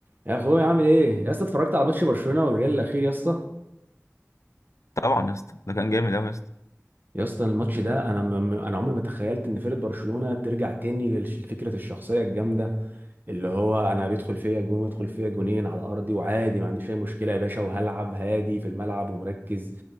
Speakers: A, on the right; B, on the left.
A: يا اخويا عامل ايه يا اسطى اتفرجت على ماتش برشلونه والريال الاخير يا اسطى
B: طبعا يا اسطى ده كان جامد قوي يا اسطى
A: يا اسطى الماتش ده انا م... م- انا عمري ما تخيلت ان فرقه برشلونه ترجع تاني لفكره الشخصيه الجامده اللي هو انا بيدخل فيا جون ويدخل فيا جونين على ارضي وعادي ما عنديش اي مشكله يا باشا وهلعب هادي في الملعب ومركز